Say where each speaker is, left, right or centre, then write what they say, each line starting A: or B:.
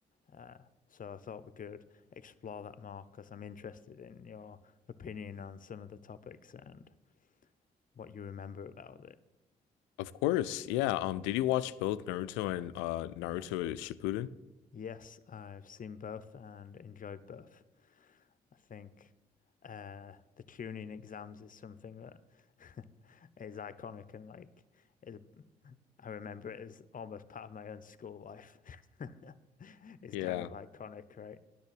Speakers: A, on the left; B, on the left.
A: Uh, so I thought we could explore that more because I'm interested in your opinion on some of the topics and what you remember about it.
B: Of course. Yeah. Um, did you watch both Naruto and uh Naruto Shippuden?
A: Yes, I've seen both and enjoyed both. I think uh, the tuning exams is something that <laughs> is iconic and like is I remember it as almost part of my own school life. <laughs> It's
B: Yeah.
A: kind of iconic, right?